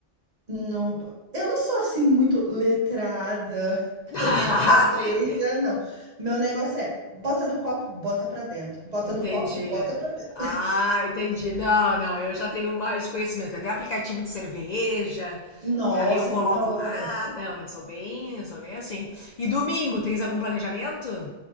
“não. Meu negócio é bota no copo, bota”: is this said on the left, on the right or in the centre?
Right